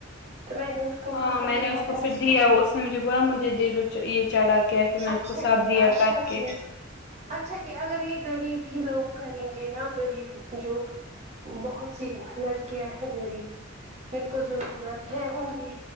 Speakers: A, on the right (about 35°); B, on the left (about 60°).
A: تو میں نے کو
B: ہاں
A: کہا
B: میں
A: کہ
B: نے اس
A: آپ
B: کو
A: ایسے
B: پھر دیا اس نے مجھے بولا مجھے دے دو یہ چڑھا کے پھر میں اس
A: اچھا
B: کو سب
A: کیا
B: دیا
A: اچھا
B: کر کے
A: کیا اچھا کہ اگر یہ غریب ہی لوگ کریں گے نہا غریب جو بہت سی لڑکیاں ہیں غریب جن کو ضرورت ہے انہیں